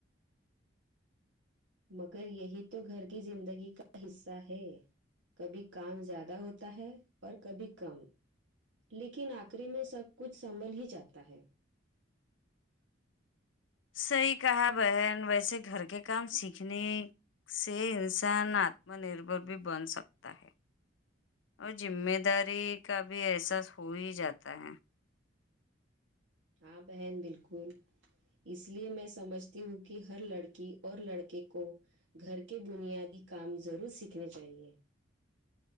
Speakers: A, on the right; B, on the left.
A: مگر یہی تو گھر کی زندگی کا حصہ ہے کبھی کام زیادہ ہوتا ہے اور کبھی کم لیکن آخری میں سب کچھ سنبھل ہی جاتا ہے
B: صحیح کہا بہن ویسے گھر کے کام سیکھنے سے انسان آتم نربھر بھی بن سکتا ہے اور ذمہ داری کا بھی احساس ہو ہی جاتا ہے
A: ہاں بہن بالکل اس لیے میں سمجھتی ہوں کہ ہر لڑکی اور لڑکے کو گھر کے بنیادی کام ضرور سیکھنے چاہیے